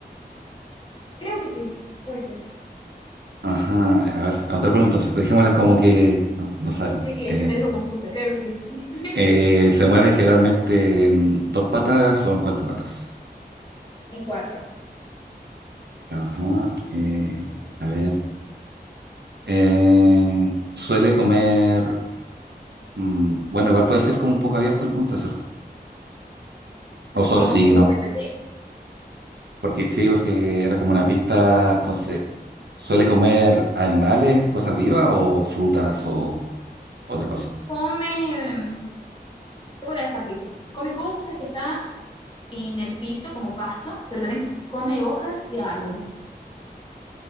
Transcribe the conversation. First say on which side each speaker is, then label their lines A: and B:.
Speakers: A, on the left; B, on the right.
A: Creo que sí, puede ser.
B: Ajá, a ver, otra pregunta, entonces dejémosla como que no, no sabemos.
A: Sí, este
B: Eh,
A: me dejó confusa, creo que sí. <laughs>
B: eh, ¿se mueve generalmente en dos patas o en cuatro patas?
A: En cuatro.
B: Ajá, eh, a ver, eh, ¿suele comer, mm, bueno, igual puede ser como un poco abierta la pregunta, ¿cierto? O solo
A: ¿Cómo?
B: sí
A: ¿Puedes
B: y no,
A: repetir?
B: porque sí, porque era como una pista, entonces, ¿suele comer animales, cosas vivas o frutas o otra cosa?
A: Come, em, te voy a dar esta pista. Come cosas que están en el piso como pasto, pero también come hojas de árboles.